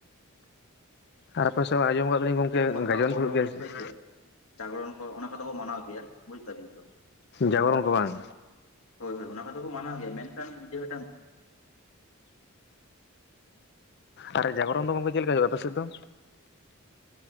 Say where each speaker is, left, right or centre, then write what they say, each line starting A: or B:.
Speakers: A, on the left (about 50°); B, on the left (about 75°).
A: ᱟᱨ ᱟᱯᱮ ᱥᱮᱫ ᱢᱟ ᱟᱸᱡᱚᱢ ᱟᱠᱟᱫᱩᱞᱟᱹᱧ ᱜᱚᱝᱠᱮ
B: ᱵᱟᱦᱟ
A: ᱜᱟᱡᱚᱱ
B: ᱯᱚᱨᱚᱵᱽ
A: ᱠᱚ ᱦᱩᱭᱩᱜ ᱜᱮᱭᱟ ᱥᱮ ᱪᱮᱫ?
B: ᱦᱳᱭᱥᱮ ᱡᱟᱜᱽᱨᱚᱱ ᱠᱚ ᱚᱱᱟ ᱠᱚᱫᱚ ᱠᱚ ᱢᱟᱱᱟᱣ ᱜᱮᱭᱟ᱾ ᱵᱩᱡ ᱫᱟᱠᱤᱱᱛᱚ᱾
A: ᱡᱟᱜᱚᱨᱚᱱ ᱠᱚ ᱵᱟᱝ?
B: ᱦᱳᱭ ᱦᱳᱭ ᱚᱱᱟ ᱠᱚᱫᱚ ᱠᱚ ᱢᱟᱱᱟᱣ ᱜᱮᱭᱟ, ᱢᱮᱱᱠᱷᱟᱱ ᱱᱤᱡᱮ ᱦᱚ ᱢᱤᱫᱴᱟᱝ
A: ᱟᱨ ᱡᱟᱜᱨᱚᱱ ᱫᱚ ᱜᱚᱝᱠᱮ ᱪᱮᱫ ᱞᱮᱠᱟ ᱦᱩᱭᱩᱜᱼᱟ ᱟᱯᱮ ᱥᱮᱫ ᱫᱚ?